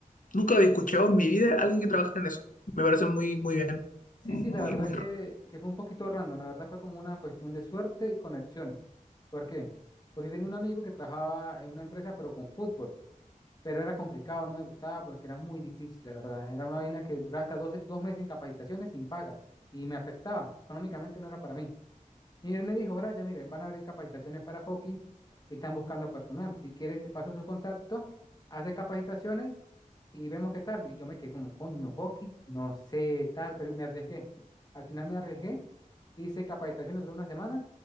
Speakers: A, on the left; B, on the left.
A: Nunca lo había escuchado en mi vida a alguien que trabaja en eso. Me parece muy, muy bien.
B: Sí,
A: Muy,
B: sí, la verdad
A: muy...
B: que,
A: ra-
B: que fue un poquito random, la verdad fue como una cuestión de suerte y conexiones. ¿Por qué? Porque yo tenía un amigo que trabajaba en una empresa, pero con fútbol, pero era complicado, no me gustaba porque era muy difícil, la verdad. Era una vaina que duraba hasta 12 dos meses en capacitaciones sin paga y me afectaba, económicamente no era para mí. Y él me dijo, Brian, mire, van a abrir capacitaciones para hockey y están buscando personal. Si quieres, te paso su contacto, hace capacitaciones y vemos qué tal. Y yo me quedé como, coño, hockey, no sé tal, pero me arriesgué. Al final me arriesgué, hice capacitaciones, duró una semana,